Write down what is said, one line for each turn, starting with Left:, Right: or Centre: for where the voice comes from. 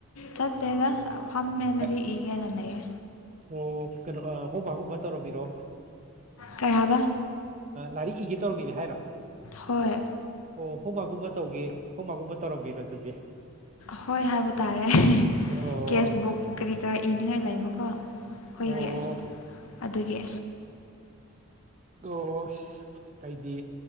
Left: ꯆꯠꯇꯦꯗ ꯐꯝꯃꯦ ꯂꯥꯏꯔꯤꯛ
Right: ꯑꯦ
Left: ꯏꯒꯦꯅ ꯂꯩꯌꯦ
Right: ꯑꯣ ꯀꯩꯅꯣ ꯍꯣꯝ ꯋꯥꯛꯒꯨꯝꯕ ꯇꯧꯔꯝꯃꯤꯔꯣ
Left: ꯀꯩ ꯍꯥꯏꯕ
Right: ꯂꯥꯏꯔꯤꯛ ꯏꯒꯦ ꯇꯧꯔꯝꯃꯤꯅꯦ ꯍꯥꯏꯔꯣ
Left: ꯍꯣꯏ
Right: ꯑꯣ ꯍꯣꯝꯋꯥꯛꯒꯨꯝꯕ ꯇꯧꯒꯦ ꯍꯣꯝꯋꯥꯛꯒꯨꯝꯕ ꯇꯧꯔꯝꯃꯤꯔꯣ ꯑꯗꯨꯗꯤ
Left: ꯍꯣꯏ ꯍꯥꯏꯕ ꯇꯥꯔꯦ
Right: ꯑꯣ
Left: ꯀꯦꯁ ꯕꯨꯛ ꯀꯔꯤ ꯀꯔꯥ ꯏꯅꯤꯡꯉꯥꯏ ꯂꯩꯕꯀꯣ ꯑꯈꯣꯏꯒꯤ
Right: ꯑꯣ
Left: ꯑꯗꯨꯒꯤ
Right: ꯑꯣꯁ ꯑꯩꯗꯤ